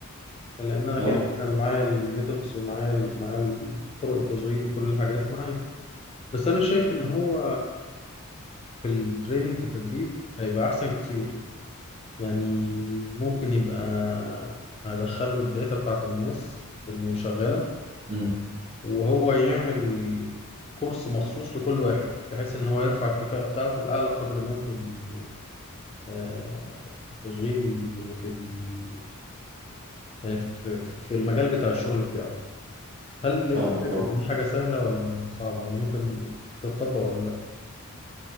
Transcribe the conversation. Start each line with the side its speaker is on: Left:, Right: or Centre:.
Left: لأن أنا
Right: اه
Left: كده كده أنا معايا الميثودز ومعايا ال- معايا طرق التشغيل وكل الحاجات معايا بس أنا شايف إن هو في التريننج في التدريب هيبقى أحسن كتير يعني ممكن يبقى أدخله الداتا بتاعت الناس اللي شغالة
Right: امم
Left: وهو يعمل كورس مخصوص لكل واحد بحيث إن هو يرفع الكفاءة بتاعته لأعلى قدر ممكن آه، في التشغيل وفي ال... يعني في في المجال بتاع الشغل بتاعه هل
Right: فاهمك
Left: أنت شايف
Right: اه
Left: إن دي حاجة سهلة ولا صعبة ولا ممكن تتطبق ولا لأ؟